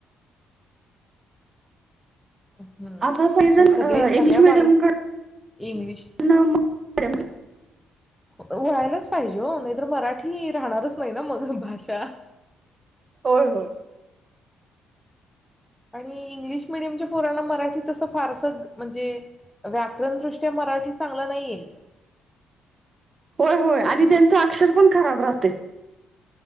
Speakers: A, in the centre; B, on the right.
A: हम्म
B: आता सगळेजण
A: मग सगळे सगळ्या
B: इंग्लिश मिडियम
A: पालक
B: क
A: इंग्लिश
B: न मॅडम
A: वळायलाच पाहिजे हो नाहीतर मराठी राहणारच नाही ना मग भाषा
B: होय होय
A: आणि इंग्लिश मिीडियमच्या पोरांना मराठी तसं फारसं म्हणजे व्याकरण दृष्ट्या मराठी चांगलं नाही येत.
B: होय होय आणि
A: मग
B: त्यांच अक्षर पण खराब राहतय.